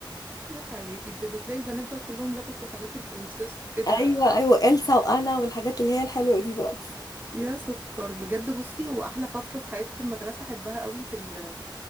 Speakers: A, on the right (about 25°); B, on the left (about 45°).
A: يا حياتي بجد تلاقي البنات بقى كلهم لبسوا حاجات البرنسيس وكده
B: ايوه ايوه إلسا وانا والحاجات اللي هي الحلوه دي بقى
A: يا سكر بجد بصي هو احلى فتره في حياه المدرسه احبها قوي في ال-